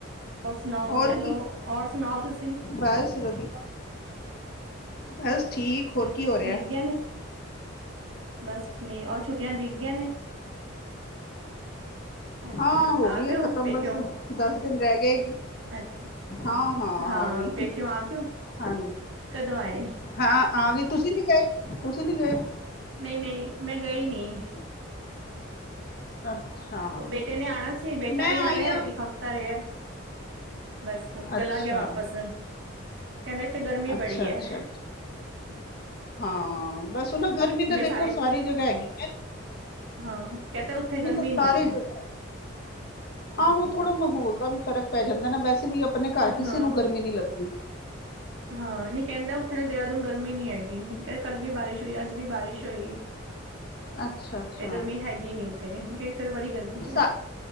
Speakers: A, on the right; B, on the left.
A: ਔਰ ਸੁਣਾਓ
B: ਹੋਰ
A: ਤੁਸੀ, ਹੈਲੋ
B: ਕੀ
A: ਹੋਰ ਸੁਣਾਓ ਤੁਸੀਂ?
B: ਬਸ ਵਧੀਆ, ਬਸ ਠੀਕ ਹੋਰ ਕੀ ਹੋ ਰਿਹਾ?
A: ਬੀਤ ਗਿਆ ਨੀ ਬਸ ਕੁਛ ਨੀ, ਔਰ ਛੁੱਟੀਆਂ ਬੀਤ ਗਈਆਂ ਨੇ? ਅੱਛਾ
B: ਹਾਂ
A: ਆ
B: ਗਈਆਂ
A: ਗਏ ਹੋ
B: ਖਤਮ
A: ਪੇਕਿਉਂ
B: ਬਸ ਦਸ ਦਿਨ ਰਹਿ ਗਏ
A: ਅੱਛਾ।
B: ਹਾਂ
A: ਹਾਂ
B: ਆ ਗਈ
A: ਪੇਕਉਂ ਆਗਓ
B: ਹਾਂਜੀ
A: ਕਦੋਂ ਆਏ।
B: ਹਾਂ ਆ ਗਏ ਤੁਸੀਂ ਨੀ ਗਏ, ਤੁਸੀਂ ਨੀ ਗਏ।
A: ਨਹੀਂ-ਨਹੀਂ ਮੈਂ ਗਈ ਨੀ।
B: ਅੱਛਾ
A: ਉਹ ਬੇਟੇ ਨੇ ਆਉਣਾ ਸੀ ਬੇਟਾ
B: ਮੈਂ
A: ਵੀ
B: ਆਈ
A: ਆਇਆ
B: ਹਾਂ
A: ਇੱਕ ਹਫ਼ਤਾ ਤਾ ਰਹੀਆ ਬਸ ਚਲਾ
B: ਅੱਛਾ
A: ਗਿਆ ਵਾਪਿਸ। ਕਹਿੰਦੇ ਇੱਥੇ ਗਰਮੀ ਬੜੀ
B: ਅੱਛਾ
A: ਹੈ।
B: ਅੱਛਾ ਅੱਛਾ। ਹਾਂ ਬਸ ਉਹ ਨਾ ਗਰਮੀ ਤਾਂ
A: ਮੈਂ
B: ਦੇਖੋ
A: ਸਾਈਡ
B: ਸਾਰੀ ਜਗ੍ਹਾ ਹੈਗੀ ਹੈ।
A: ਹਾਂ ਕਹਤੇ ਉੱਥੇ ਗਰਮੀ
B: ਸਾਰੀ
A: ਨੀ ਹੈ।
B: ਜਗ੍ਹਾ
A: ਹਾਂ
B: ਆਹੋ ਥੋੜਾ ਮਾਹੌਲ ਦਾ ਵੀ ਫ਼ਰਕ ਪੈ ਜਾਂਦਾ ਨਾ ਵੈਸੇ ਵੀ ਆਪਣੇ ਘਰ ਕਿਸੇ
A: ਹਾਂ
B: ਨੂੰ ਗਰਮੀ ਨੀ ਲੱਗਦੀ।
A: ਹਾਂ ਨਹੀਂ ਕਹਿੰਦਾ ਉੱਥੇ ਨਾ ਦੇਹਰਾਦੂਨ ਗਰਮੀ ਨ ਨਹੀਂ ਹੈਗੀ ਕਹ ਕੱਲ ਵੀ ਬਾਰਿਸ਼ ਹੋਈ ਅੱਜ ਵੀ ਬਾਰਿਸ਼ ਹੋਈ।
B: ਅੱਛਾ ਅੱਛਾ
A: ਤੇ ਗਰਮੀ ਹੈਗੀ ਨੀ ਉੱਥੇ ਕੇ ਇੱਥੇ ਤਾਂ ਬੜੀ ਗਰਮੀ ਹੈ।
B: ਸਾ